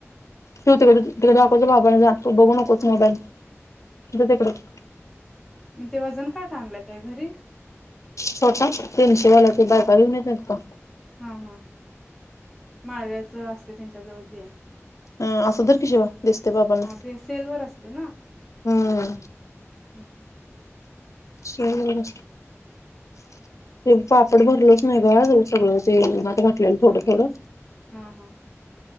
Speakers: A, on the left; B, in the centre.
A: तू अकोच्या बाबाने जा तू बघू नकोस मोबाईल जा तिकडच.
B: मग ते वजन काटा आणलाय. त्या घरी
A: छोटा तीनशेवाला ते बायका घेऊन येत नाहीत काय?
B: ह ह माळव्याच असतय त्यांच्या जवळ ते हाय.
A: हय असं धर की शिवा दिसतय बाबांना
B: ते सेलवर असते
A: हय
B: हम हम्म
A: ते पापड भरलोच नाही ग आज सगळं ते उन्हात घातलेलं थोडं थोडं.
B: हा हा